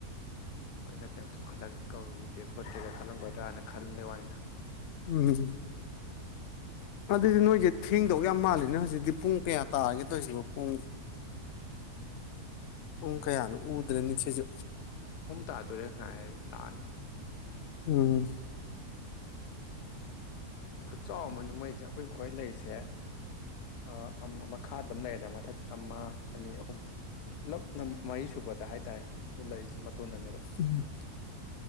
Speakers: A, on the left; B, on the left.
A: ꯑꯩꯅ ꯀꯔꯤꯝꯇ ꯈꯜꯂꯛ ꯀꯧꯒꯦ ꯈꯣꯠꯀꯦꯒꯥꯏꯅ ꯈꯜꯂꯝꯒꯗ꯭ꯔꯥꯅ ꯈꯜꯂꯝꯕꯩ ꯋꯥꯅꯤꯗ
B: ꯎꯝ ꯑꯗꯨꯗꯤ ꯅꯣꯏꯁꯦ ꯊꯦꯡꯗꯧ ꯌꯥꯝ ꯃꯥꯜꯂꯤꯗꯅ ꯍꯧꯖꯤꯛꯇꯤ ꯄꯨꯡ ꯀꯌꯥ ꯇꯥꯔꯒꯦ ꯇꯧꯔꯤꯁꯤꯕꯣ ꯄꯨꯡ ꯄꯨꯡ ꯀꯌꯥꯅꯣ ꯎꯗ꯭ꯔꯦ ꯃꯤꯠꯁꯤꯁꯨ
A: ꯍꯨꯝ ꯇꯥꯗꯣꯔꯦ ꯉꯥꯏꯔꯦ ꯂꯥꯛꯑꯅꯤ
B: ꯎꯝ
A: ꯈꯨꯠ ꯆꯥꯎ ꯑꯃꯅꯤꯅꯦ ꯃꯣꯏꯁꯦ ꯑꯩꯈꯣꯏ ꯈ꯭ꯋꯥꯏ ꯂꯩꯔꯤꯁꯦ ꯑꯥ ꯑꯝ ꯃꯈꯥꯗꯃ ꯂꯩꯔꯦꯅꯦ ꯃꯊꯛ ꯑꯃ ꯑꯅꯤ ꯑꯍꯨꯝ ꯄꯨꯂꯞꯅ ꯃꯔꯤ ꯁꯨꯕꯗ ꯍꯥꯏꯇꯥꯔꯦ ꯂꯩꯔꯤꯁꯦ ꯃꯇꯣꯟꯗꯅꯦꯕ
B: ꯎꯝ